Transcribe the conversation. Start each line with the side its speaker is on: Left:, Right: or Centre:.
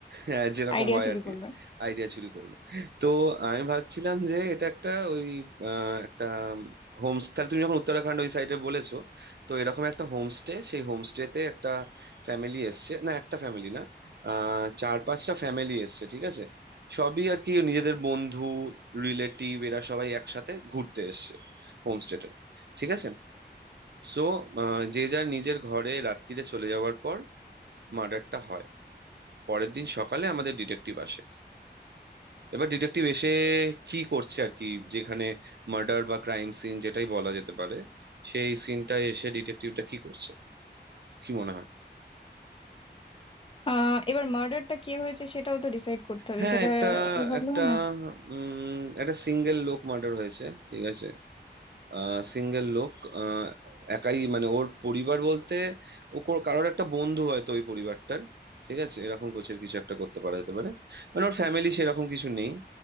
Right: হ্যাঁ যেরকম
Left: আইডিয়া
Right: হয়
Left: চুরি
Right: আর কি
Left: করবে
Right: আইডিয়া চুরি করবে তো আমি ভাবছিলাম যে এটা একটা ওই আহ, একটা হোমস্টে তাহলে তুমি যখন উত্তরাখণ্ড ওই সাইডে বলেছো তো এরকম একটা হোমস্টে সেই হোমস্টেতে একটা ফ্যামিলি এসছে না একটা ফ্যামিলি না আহ চার পাঁচটা ফ্যামিলি এসছে ঠিক আছে সবই আর কি নিজেদের বন্ধু রিলেটিভ এরা সবাই একসাথে ঘুরতে এসছে হোমস্টেটা ঠিক আছে সো যে যার নিজের ঘরে রাত্রিরে চলে যাওয়ার পর মার্ডারটা হয় পরের দিন সকালে আমাদের ডিটেকটিভ আসে এবার ডিটেকটিভ এসে কি করছে আর কি যেখানে মার্ডার বা ক্রাইম সিন যেটাই বলা যেতে পারে সেই সিনটায় এসে ডিটেকটিভটা কি করছে কি মনে হয়
Left: আহ এবার মার্ডারটা কে হয়েছে সেটাও তো ডিসাইড করতে হবে
Right: হ্যাঁ
Left: সেটা
Right: একটা
Left: এভাবে
Right: একটা
Left: হয় না
Right: উম একটা সিঙ্গেল লোক মার্ডার হয়েছে ঠিক আছে আহ সিঙ্গেল লোক আহ একাই মানে ওর পরিবার বলতে ও কোর- কারোর একটা বন্ধু হয়তো ওই পরিবারটার ঠিক আছে এরকম কোচের কিছু একটা করতে পারা যেতে পারে মানে ওর ফ্যামিলি সেরকম কিছু নেই